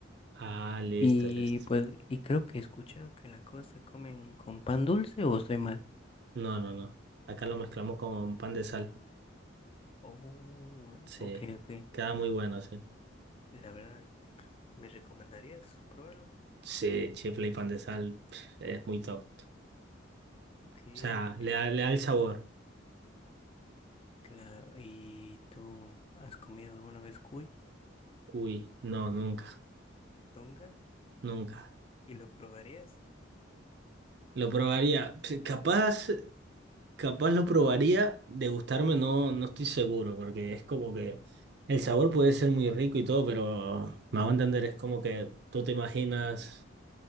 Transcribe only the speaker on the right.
Ah, listo,
listo.
No, no, no. Acá lo mezclamos con pan de sal.
Sí.
Queda muy bueno, sí.
Sí, chifle y pan de sal pf, es muy top. O
sea,
le da, le da el sabor.
Uy, no, nunca,
nunca.
Lo probaría. pf, Capaz, capaz lo probaría. De gustarme no, no estoy seguro, porque es como que el sabor puede ser muy rico y todo, pero me hago entender, es como que tú te imaginas.